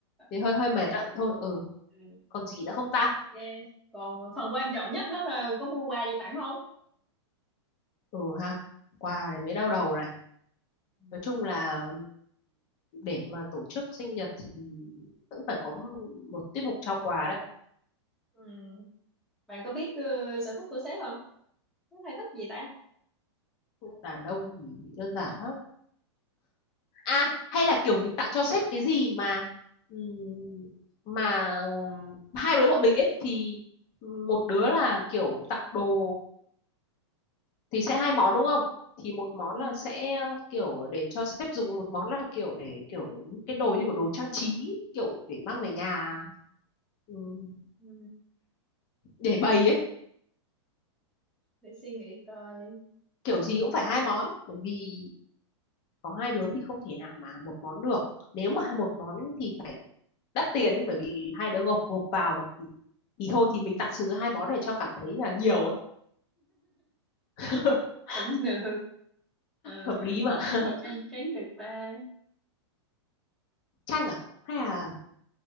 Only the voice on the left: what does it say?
thì
hơi hơi mệt ạ thôi ờ
còn gì nữa không ta
ừ ha quà này mới đau đầu này
nói chung là để mà tổ chức sinh nhật thì vẫn phải có một tiết mục trao quà đấy
đàn ông thì đơn giản lắm à hay là kiểu mình tặng cho sếp cái gì mà ừm, mà hai đứa bọn mình ấy thì một đứa là kiểu tặng đồ thì sẽ hai món đúng không thì một món
là sẽ kiểu để cho sếp dùng một món là kiểu để kiểu những cái đồ như kiểu đồ trang trí kiểu để mang về
nhà ừm,
để bày ấy
kiểu gì cũng phải hai món bởi vì có hai đứa thì không thể nào mà một món được nếu mà một món thì phải đắt tiền ấy bởi vì hai đứa gộp gộp vào mà thì, thì thôi thì mình tặng sứ hai món để cho cảm thấy là nhiều ấy <laughs>
hợp lý mà
<laughs>
chanh à hay là